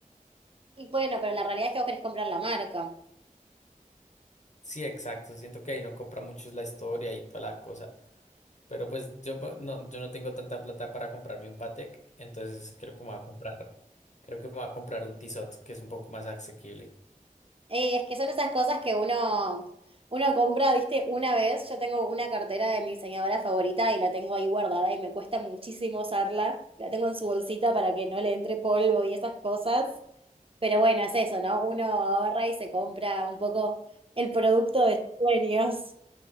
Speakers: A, on the right; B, on the left.
A: Y bueno, pero la realidad es que vos querés comprar la marca.
B: Sí, exacto. Siento que ahí no compra mucho es la historia y toda la cosa. Pero pues yo po- no, yo no tengo tanta plata para comprarme un Patek, entonces creo que me voy a comprar, creo que me voy a comprar un Tissot, que es un poco más asequible.
A: Y es que son esas cosas que uno, uno compra, viste, una vez, yo tengo una cartera de mi diseñadora favorita y la tengo ahí guardada y me cuesta muchísimo usarla, la tengo en su bolsita para que no le entre polvo y esas cosas. Pero bueno, es eso, ¿no? Uno ahorra y se compra un poco el producto de sus sueños.